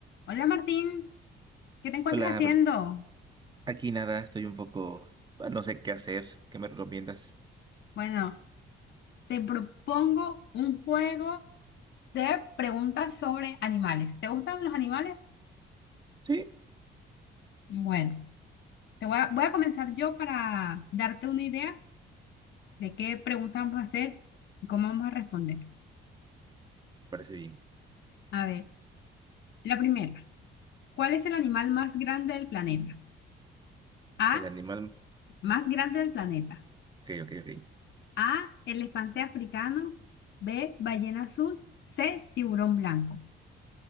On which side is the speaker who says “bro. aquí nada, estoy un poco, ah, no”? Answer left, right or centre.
Right